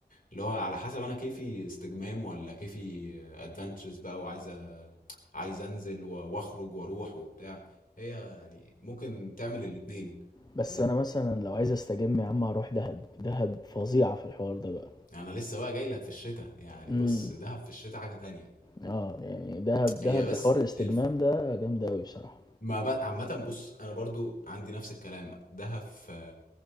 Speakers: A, on the left; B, on the left.
A: اللي هو على حسب انا كيفي استجمام ولا كيفي ادفنتشرز بقى وعايز أ- عايز انزل و- واخرج واروح وبتاع هي يعني ممكن تعمل الاتنين
B: بس
A: فاهم
B: أنا مثلًا لو عايز أستجم يا عم هاروح دهب، دهب فظيعة في الحوار ده بقى.
A: انا لسه بقى جاي لك في الشتاء يعني
B: إمم،
A: بص دهب في الشتاء حاجة تانية
B: آه، يعني دهب دهب
A: هي بس
B: في حوار الاستجمام
A: الف...
B: ده جامدة أوي بصراحة.
A: ما بقى عامة بُص، أنا برضه عندي نفس الكلام، دهب ف